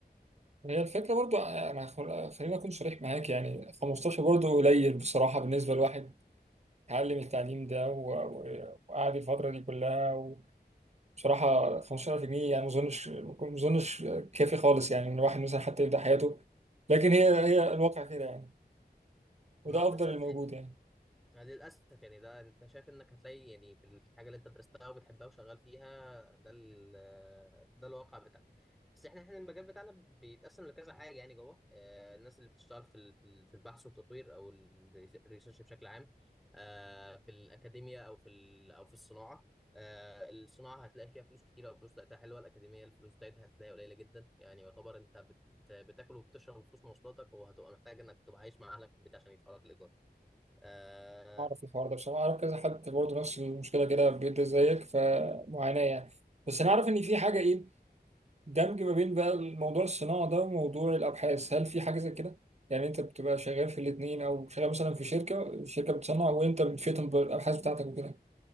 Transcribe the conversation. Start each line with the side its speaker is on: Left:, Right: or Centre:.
Right: هي الفكره برضو انا خل- خليني اكون صريح معاك يعني 15 برضو قليل بصراحه بالنسبه لواحد اتعلم التعليم ده و- و- وقعد الفتره دي كلها وبصراحه 15000 جنيه يعني ما اظنش ما اظنش كافي خالص يعني ان الواحد مثلا حتى يبدا حياته لكن هي هي الواقع كده يعني
Centre: ما
Right: وده
Centre: بالظبط
Right: افضل الموجود يعني
Centre: يعني للأسف يعني ده أنت شايف إنك هتلاقي يعني في الحاجة اللي أنت درستها وبتحبها وشغال فيها ده ال آه، ده الواقع بتاعها بس إحنا إحنا المجال بتاعنا بيتقسم لكذا حاجة يعني جوه آه، الناس اللي بتشتغل في ال- في ال- في البحث والتطوير أو ال- الريسيرش بشكل عام آه، في الأكاديمية أو في ال- أو في الصناعة آه، الصناعة هتلاقي فيها فلوس كتيرة وفلوس بتاعتها حلوة الأكاديمية الفلوس بتاعتها هتلاقيها قليلة جدا يعني يعتبر أنت بت بتاكل وبتشرب فلوس مواصلاتك وهتبقى محتاج انك تبقى عايش مع اهلك في البيت عشان يدفعوا لك الايجار
Right: اعرف الحوار ده بصراحه اعرف كذا حد برضه نفس المشكله كده بيبدا زيك فمعاناه يعني بس انا اعرف ان في حاجه ايه دمج ما بين بقى الموضوع الصناعة ده وموضوع الأبحاث هل في حاجة زي كده؟ يعني أنت بتبقى شغال في الاتنين أو شغال مثلا في شركة شركة بتصنع وأنت بتفيدهم بالأبحاث بتاعتك وكده